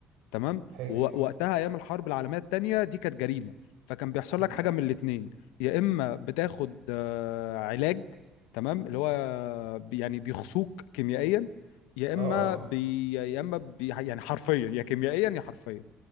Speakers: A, on the left; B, on the right.
A: تمام
B: حلو
A: ووقتها ايام الحرب العالميه الثانيه دي كانت جريمه فكان بيحصل
B: مم.
A: لك حاجه من الاثنين يا اما بتاخد آه، علاج تمام اللي هو بي- يعني بيخصوك كيميائيا يا اما
B: اه اه
A: بي يا اما بي يعني حرفيا يا كيميائيا يا حرفيا